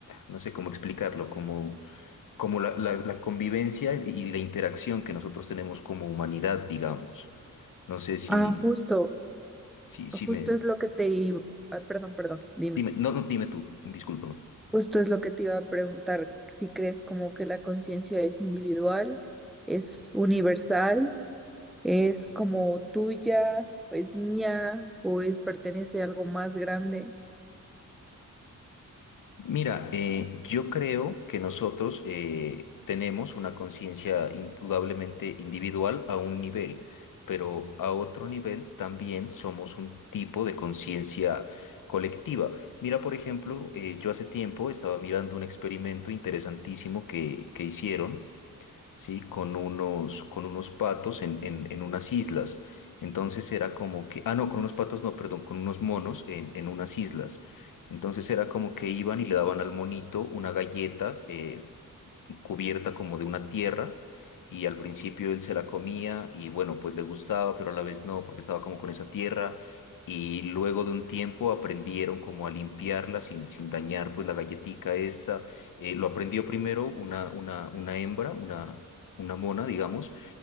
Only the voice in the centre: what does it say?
Ah, justo,
justo
es lo que te iba, ah, perdón, perdón, dime.
Justo es lo que te iba a preguntar, si crees como que la conciencia es individual, es universal, es como tuya, o es mía, o es pertenece a algo más grande.